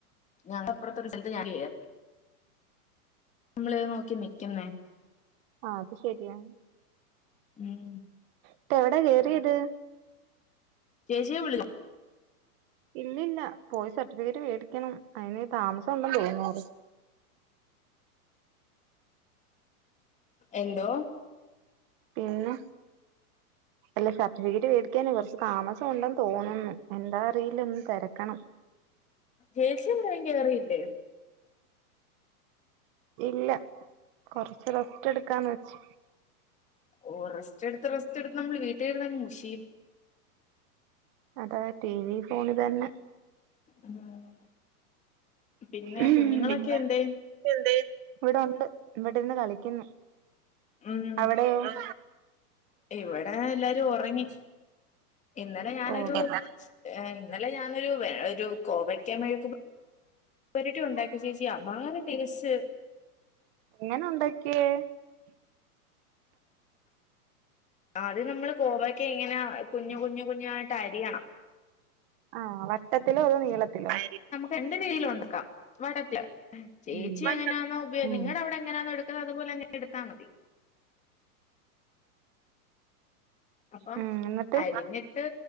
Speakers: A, on the left; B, on the right.
A: ഞപ്പറത്തെ സ്ഥലത്ത് നമ്മളെ നോക്കി നിക്കുന്നേ
B: ആഹ് അത് ശെരിയാണ്
A: ഉം
B: ഇട്ട് എവിടാ കയറിയത്
A: ചേച്ചിയെ വിളിച്ചോ
B: ഇല്ലില്ല പോയി സർട്ടിഫിക്കറ്റ് മേടിക്കണം അതിന് താമസം ഉണ്ടെന്ന് തോന്ന
A: എന്തോ
B: പിന്നെ അല്ല സർട്ടിഫിക്കറ്റ് മേടിക്കാന് കുറച്ച് താമസം ഉണ്ടെന്ന് തോന്നുന്നു എന്താ അറിയില്ല ഒന്നും തെരക്കണം
A: ചേച്ചി എവിടെ കേറിയില്ലേ
B: ഇല്ല കൊറച്ച് റസ്റ്റ് എടുക്കാന്ന് വെച്ച്
A: ഓ റസ്റ്റ് എടുത്ത് റസ്റ്റ് എടുത്ത് നമ്മള് വീട്ടിയിരുന്നങ്ങ് മുഷീയും
B: അതാ ടി വി ഫോൺ തന്നെ
A: ഉം പിന്നെ
B: ഉം
A: കുഞ്ഞുങ്ങളൊക്കെ
B: പിന്നെ
A: എന്തേ
B: എന്തെ ഇവിടെണ്ട് ഇവിടെ ഇരുന്ന് കളിക്കുന്നു
A: ഉം
B: അവിടെയോ ഉം
A: ഇവിടെ എല്ലാരും ഉറങ്ങി ഇന്നലെ ഞാനൊരു
B: ഓ പറഞ്ഞോ
A: ഏഹ് ഇന്നലെ ഞാനൊരു ഒരു കോവയ്ക്ക മെയ്ക്കു പരിട്ടി ഉണ്ടാക്കിയ ചേച്ചി അപാര ടേസ്റ്റ്
B: എങ്ങനെ ഉണ്ടാക്കിയേ
A: ആദ്യം നമ്മള് കോവക്കെ ഇങ്ങനെ കുഞ്ഞു കുഞ്ഞു കുഞ്ഞു ആയിട്ട് അരിയണം
B: ആഹ് വട്ടത്തിലോ അതോ നീളത്തിലോ
A: രണ്ടു രീതിൽ ഉണ്ടക്കാം വട്ടത്തില് ചേച്ചി
B: ഉം
A: എങ്ങനാ ഉപ
B: ഉം
A: നിങ്ങടവിടെ എങ്ങനാണോ എടുക്കുന്നത് അപോലെ ന്നെ എടുത്തമതി അപ്പം
B: ഉം എന്നിട്ട്
A: അരിഞ്ഞിട്ട്